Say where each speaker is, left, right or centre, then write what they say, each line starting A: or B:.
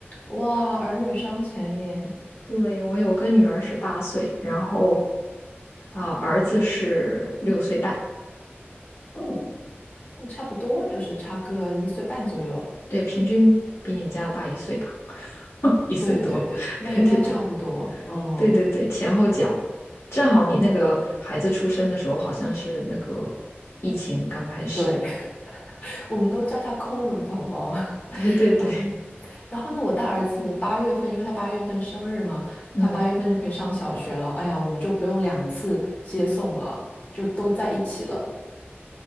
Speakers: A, on the left; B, on the left.
A: 哇，儿女双全耶。
B: 对，我有个女儿是八岁，然后啊、儿子是六岁半，
A: 嗯，那差不多就是差个一岁半左右。
B: 对，平均比你们家大一岁吧，<laughs> 一岁多。
A: 对对对对，
B: <laughs>
A: 那应该差不多。
B: 对对对
A: 嗯，
B: 对对对，前后脚，正好你那个孩子出生的时候好像是那个疫情刚开始。
A: 对。我们都叫他抠门宝宝。<laughs>
B: <laughs> 对对对，
A: 啊，然后呢，我大儿子八月份，因为他八月份生日嘛，
B: 嗯。
A: 他八月份就可以上小学了。哎呀，我们就不用两次接送了，就都在一起了。